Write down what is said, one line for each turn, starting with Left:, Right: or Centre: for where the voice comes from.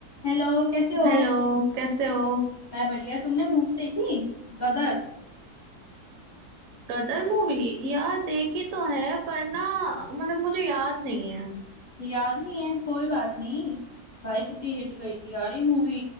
Left: Hello कैसे हो
Right: Hello कैसे हो
Left: मैं बढ़िया तुमने मूवी देखी गदर
Right: Gadar movie यार देखी तो है पर ना मतलब मुझे याद नहीं है
Left: याद नहीं है कोई बात नहीं भाई कितनी हिट गई थी यार ये मूवी